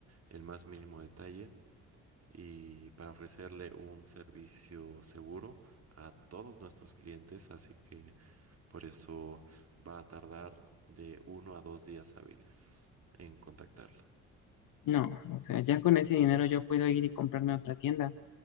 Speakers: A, on the right; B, on the left.
A: el más mínimo detalle y para ofrecerle un servicio seguro a todos nuestros clientes, así que por eso va a tardar de uno a dos días hábiles en contactarla.
B: No, o sea, ya con ese dinero yo puedo ir y comprarme otra tienda.